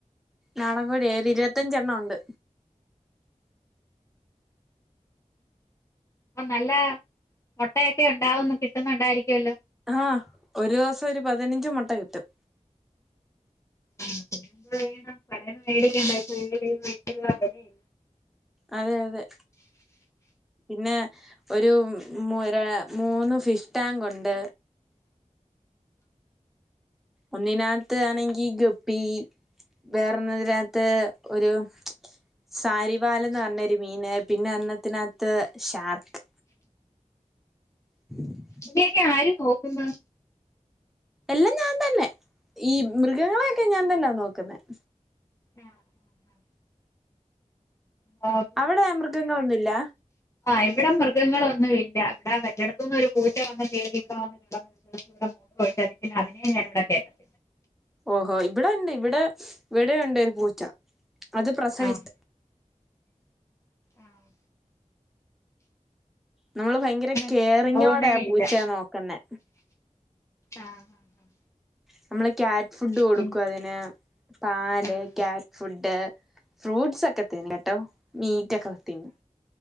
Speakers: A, in the centre; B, on the left.
A: നാടൻ കോഴിയ ഒരു ഇരുപത്തഞ്ചെണ്ണണം ഉണ്ട്.
B: അപ്പൊ നല്ല മുട്ടയൊക്കെ ഉണ്ടാവുന്നു കിട്ടുന്നുണ്ടായിരിക്കുമല്ലോ
A: ആഹ ഒരു ദിവസം ഒരു പതിനഞ്ച് മുട്ട കിട്ടും.
B: വേണം കടോല്ന്ന് മേടിക്കണ്ട <unintelligible>
A: അതെ അതെ പിന്നെ ഒരു മുര മൂന്ന് ഫിഷ് ടാങ്ക് ഉണ്ട് ഒന്നിനകത്ത് ആണെങ്കി ഗപ്പി വേറെതിനകത്ത് ഒരു സാരിവാലന്ന് പറഞ്ഞരു മീന് പിന്നെ ഒന്നത്തിനകത്ത് ഷാർക്ക് <inaudible>
B: <unintelligible> ആരും നോക്കുന്നു
A: എല്ലാം ഞാൻ തന്നെ ഈ മൃഗങ്ങളെയൊക്കെ ഞാൻ തന്നാ നോക്കുന്നത്.
B: ആഹ ആഹ <unintelligible> ആഹ
A: അവിടെ മൃഗങ്ങളൊന്നുല്ല
B: ഇവിടെ മൃഗങ്ങളൊന്നും ഇല്ല ഇവിടെ മറ്റടത്തന്ന ഒരു പൂച്ച വന്ന കേറി <unintelligible> <unintelligible>
A: ഓഹോ ഇവിടെ ഉണ്ട് ഇവിടെ ഇവിടെണ്ട് ഒരു പൂച്ച അത് പ്രസവിച്ച
B: ആഹ് ആഹ്
A: നമ്മള്
B: ഇവിടെ
A: ഭയങ്കര
B: അങ്ങനെ ഒരു
A: കേറിങ്ങോടയാ
B: സംഭവമേ
A: പൂച്ചയ
B: ഇല്ല
A: നോക്കുന്നെ
B: ആഹ് ആഹ്
A: നമ്മള് ക്യാറ്റ് ഫുഡ് കൊടുക്കും
B: പിന്നെ
A: അതിന് പാല്
B: ആഹ്
A: ക്യാറ്റ് ഫുഡ് ഫ്രൂട്ടസ് ഒക്കെ തിന്നുലട്ടോ മീറ്റ് ഒക്കെ തിന്നും.